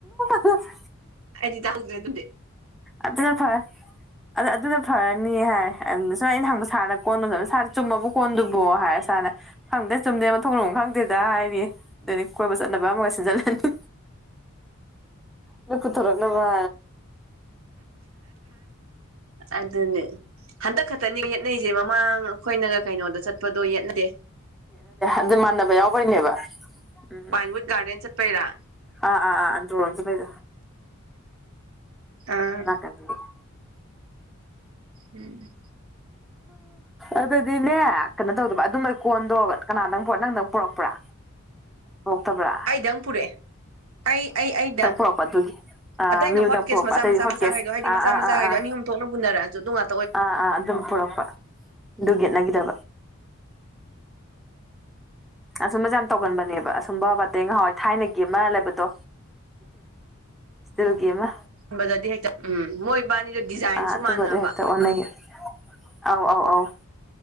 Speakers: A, in the centre; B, on the right.
A: <unintelligible>
B: ꯑꯩꯗꯤ ꯇꯥꯎꯗ꯭ꯔ ꯑꯗꯨꯗꯦ
A: ꯑꯗꯨꯅ ꯐꯔꯦ ꯑꯗ ꯑꯗꯨꯅ ꯐꯔꯅꯤ ꯍꯥꯏꯔ ꯑꯗꯨ ꯁꯨꯝ ꯑꯩꯅ ꯍꯪꯕ ꯁꯥꯔꯒ ꯀꯣꯟꯕꯗ ꯁꯥ ꯆꯨꯝꯕꯕꯨ ꯀꯣꯟꯗꯨꯕꯨ ꯍꯥꯏ ꯁꯥꯔꯅ ꯈꯪꯗꯦ ꯆꯨꯝꯗꯦ ꯃꯊꯣꯡ ꯃꯔꯝ ꯈꯪꯗꯦꯗ ꯍꯥꯏꯔꯤ ꯑꯗꯨꯗꯤ ꯀꯣꯏꯕ ꯆꯠꯅꯕ ꯑꯃꯒ ꯁꯤꯟꯖꯜꯂꯅꯤ
B: <unintelligible>
A: ꯐꯄꯨꯊꯣꯔꯛꯅꯕ
B: ꯑꯗꯨꯅꯦ ꯍꯟꯇꯛ ꯈꯛꯇꯅꯦ ꯌꯦꯠꯅꯩꯁꯦ ꯃꯃꯥꯡ ꯑꯩꯈꯣꯏꯅꯒ ꯀꯩꯅꯣꯗ ꯆꯠꯄꯗꯣ ꯌꯦꯠꯅꯗꯦ
A: ꯑꯗꯨ ꯃꯥꯟꯅꯕ ꯌꯥꯎꯕꯩꯅꯦꯕ ꯎꯝ
B: ꯄꯥꯏꯟꯋꯨꯠ ꯒꯥꯔꯗꯦꯟ ꯆꯠꯄꯩꯔꯥ
A: ꯑꯥ ꯑꯥ ꯑꯥ ꯑꯟꯗꯔꯣ ꯔꯣꯝꯆꯇꯄꯩꯗꯣ
B: ꯑꯥ
A: <unintelligible>
B: ꯎꯝ
A: ꯑꯗꯨꯗꯤꯅꯦ ꯀꯩꯅꯣ ꯇꯧꯗꯕ ꯑꯗꯨꯃ ꯀꯣꯟꯗꯣ ꯀꯅꯥꯗꯪ ꯅꯪꯗꯪ ꯄꯨꯔꯛꯄ꯭ꯔꯥ
B: <unintelligible>
A: ꯊꯣꯛꯇꯕ꯭ꯔꯥ
B: ꯈꯤꯇꯪ ꯄꯨꯔꯛꯑꯦ ꯑꯩ ꯑꯩ ꯑꯩꯗ
A: ꯄꯨꯔꯛꯄ ꯑꯗꯨꯒꯤ ꯑꯥ
B: ꯑꯇꯩꯩꯅ
A: ꯃꯤ ꯑꯃꯇꯪ
B: ꯍꯣꯠꯦꯁ
A: ꯄꯨꯔꯛꯄ
B: ꯃꯆꯥ
A: ꯑꯇꯩꯗꯤ ꯍꯣꯠꯀꯦꯁ
B: ꯃꯆꯥꯈꯩꯗꯣ ꯍꯥꯏꯗꯤ
A: ꯑꯥ
B: ꯃꯆꯥ
A: ꯑꯥ
B: ꯃꯆꯥꯈꯩꯗꯣ
A: ꯑꯥ ꯑꯥ
B: ꯑꯍꯨꯝ ꯊꯣꯛꯅ ꯄꯨꯅꯔꯛꯑꯁꯨ ꯑꯗꯨꯝ ꯉ
A: ꯑꯥ ꯑꯥ ꯑꯗꯨꯝ ꯄꯨꯔꯛꯄ ꯌꯦꯠꯅꯈꯤꯗꯕ ꯑꯁꯨꯝꯕꯁꯦ ꯌꯥꯝ ꯇꯧꯒꯟꯕꯅꯦꯕ ꯑꯁꯨꯝꯕ ꯕꯥꯔꯗꯦ ꯉꯍꯥꯎꯋꯥꯏ ꯊꯥꯏꯅꯒꯤ ꯑꯃ ꯂꯩꯕꯗꯣ ꯐꯇꯔꯨꯒꯃ
B: ꯕꯗꯗꯤ ꯍꯦꯛꯇ ꯎꯝ ꯃꯣꯏꯕꯥꯅꯤꯗꯣ ꯗꯤꯖꯥꯏꯟꯁꯨ
A: ꯑ ꯑꯗꯨ
B: ꯃꯥꯟꯅꯕ
A: ꯃꯦꯛꯇ ꯑꯣꯟꯅꯒꯤ ꯑꯧ ꯑꯧ ꯑꯧ